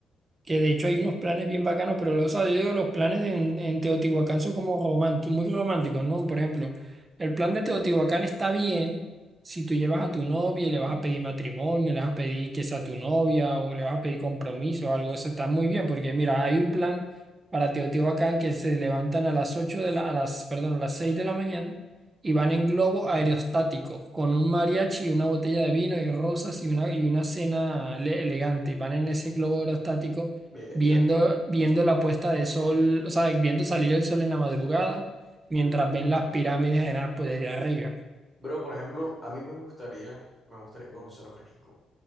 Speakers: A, on the right; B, in the centre.
A: que de hecho hay unos planes bien bacanos, pero los, o yo digo, los planes en, en Teotihuacán son como románticos, muy románticos, ¿no? Por ejemplo, el plan de Teotihuacán está bien si tú llevas a tu novia y le vas a pedir matrimonio, le vas a pedir que sea tu novia o le vas a pedir compromiso o algo, eso está muy bien, porque mira, hay un plan para Teotihuacán que se levantan a las 8 de la, a las, perdón, a las 6 de la mañana y van en globo aerostático con un mariachi y una botella de vino y rosas y una, y una cena ele- elegante. Van en ese globo aerostático
B: Bestia.
A: viendo, viendo la puesta de sol, o sea, viendo salir el sol en la madrugada, mientras ven las pirámides en Apple desde arriba.
B: Bro, por ejemplo, a mí me gustaría, me gustaría conocer México.